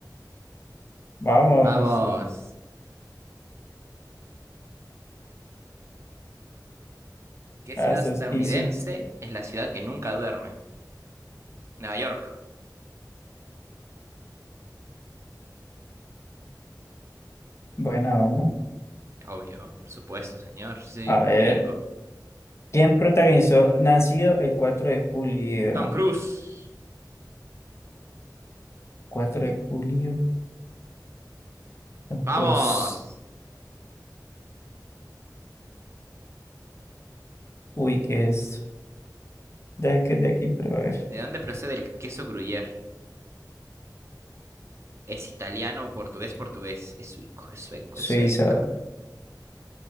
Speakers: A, on the left; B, on the right.
A: Vamos.
B: Vamos. ¿Qué ciudad
A: Ah, esto
B: estadounidense
A: es easy.
B: es la ciudad que nunca duerme? Nueva York,
A: Buena, buena.
B: obvio, por supuesto, señor. soy
A: A ver,
B: gringo.
A: ¿quién protagonizó Nacido el cuatro de julio?
B: Tom Cruise,
A: 4 de julio, Tom
B: vamos.
A: Cruise. Uy, ¿qué es? esto? Deja que es de aquí, pero a ver.
B: ¿De dónde procede el queso Gruyère? ¿Es italiano, portugués, portugués? ¿Es suico, es sueco,
A: Suiza.
B: es sueco?